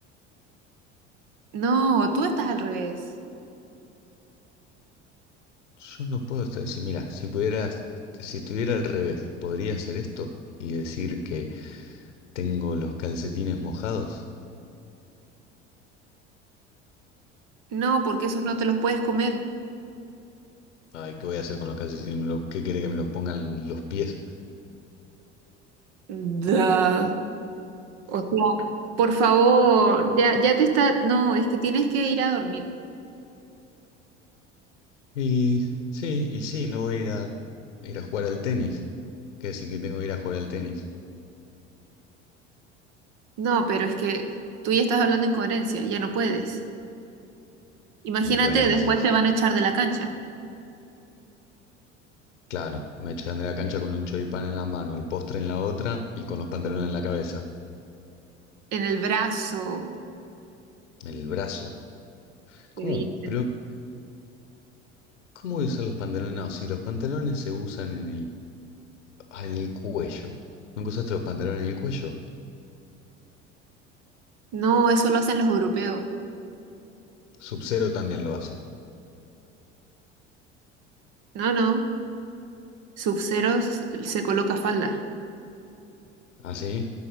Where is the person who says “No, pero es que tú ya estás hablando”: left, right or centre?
Right